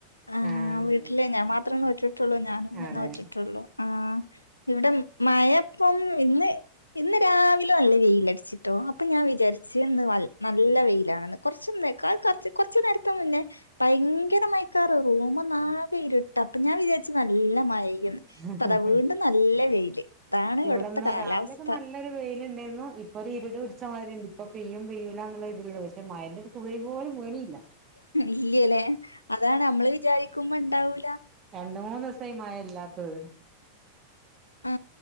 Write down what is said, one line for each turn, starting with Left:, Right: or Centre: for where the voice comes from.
Left: ആ
Right: ആഹ്
Left: വീട്ടിലെ
Right: ഉം
Left: ഞാൻ മാത്രണ് ട്ടുള്ളു ഞാനും എന്ന്
Right: അതെ
Left: വറ്റിട്ടുള്ളൂ ആ ഇവിടം മഴപ്പം ഇന്ന് ഇന്ന് രാവിലെ നല്ല വെയിലടിച്ചിട്ടോ അപ്പൊ ഞാൻ വിചാരിച്ച് ഇന്ന് വൾ നല്ല വെയിലാണെന്ന് കൊറച്ചുന്നേക്കാൾ കൊറച്ച കൊറച്ചു നേരത്തെ മുന്നേ ഭയങ്കര മയക്കാറ് റൂമ് നാകെ ഇരുട്ട് അപ്പൊ ഞാൻ വിചാരിച്ച് നല്ല മഴയന്ന്
Right: ഏഹ്
Left: ഇപ്പ അതാ വീണ്ടും നല്ല വെയില് ഇതാണ്
Right: ഇവിടെന്നാ
Left: ഇവിടുത്തെ കാലാവസ്ഥ
Right: രാവിലെക്കെ നല്ലൊരു വെയിലി ഇപ്പൊ ഒരു ഇരുട് പിടിച്ച മാതിണ്ട് ഇപ്പ പെയ്യും പെയ്യൂലാനുള്ളെരു പക്ഷെ മയെന്റെ തുള്ളി പോലും വീണില്ല
Left: ഇല്ല്യലേ അതാണ് നമ്മള് വിചാരിക്കുമ്പോ ഇണ്ടാവൂല.
Right: രണ്ട്മൂന്ന് ദിവസായി മയല്പ ല്ലാത്തൊര്
Left: ആ